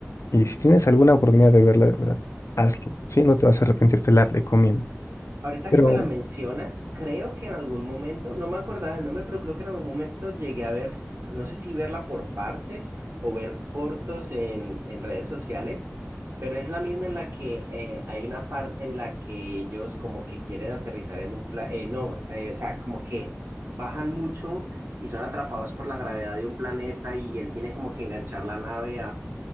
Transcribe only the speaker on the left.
Y si tienes alguna oportunidad de verla, de verdad, hazlo, ¿sí? No te vas a arrepentir, te la recomiendo.
Pero